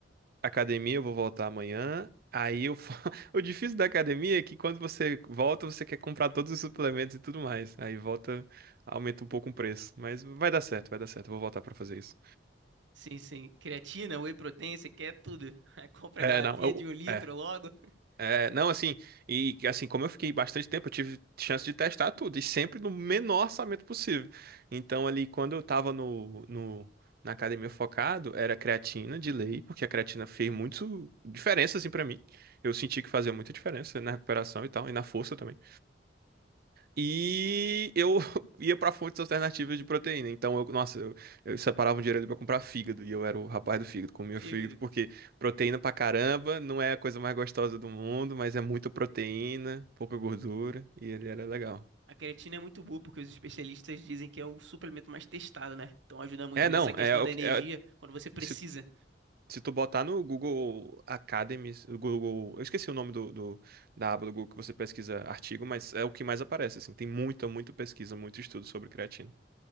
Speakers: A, on the right; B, on the right.
A: Academia eu vou voltar amanhã. Aí eu fa- <laughs> O difícil da academia é que quando você volta, você quer comprar todos os suplementos e tudo mais. Aí volta, aumenta um pouco o preço. Mas vai dar certo, vai dar certo. Eu vou voltar pra fazer isso.
B: Sim, sim. Creatina, whey protein, você quer tudo. <laughs> Aí compra
A: É,
B: a garrafinha
A: não, eu-
B: de um litro
A: é,
B: logo, <laughs>
A: É, não, assim, e assim, como eu fiquei bastante tempo, eu tive chance de testar tudo, e sempre no menor orçamento possível. Então, ali, quando eu tava no, no- na academia focado, era creatina de lei, porque a creatina fez muito diferença, assim, pra mim. Eu senti que fazia muita diferença na recuperação e tal, e na força também. E eu <laughs> ia pra fontes alternativas de proteína. Então, eu, nossa, eu, eu separava um dinheiro ali pra comprar fígado. E eu era o rapaz do fígado, comia
B: fígado.
A: fígado, porque proteína pra caramba não é a coisa mais gostosa do mundo, mas é muita proteína, pouca gordura, e ele era legal.
B: A creatina é muito boa porque os especialistas dizem que é o suplemento mais testado, né? Então ajuda muito
A: É,
B: nessa
A: não,
B: questão
A: é, o
B: da
A: que-
B: energia
A: é-
B: quando você precisa.
A: se, se tu botar no Google Academy, o Google, eu esqueci o nome do, do- da aba do Google que você pesquisa artigo, mas é o que mais aparece, assim. Tem muita, muita pesquisa, muito estudo sobre creatina.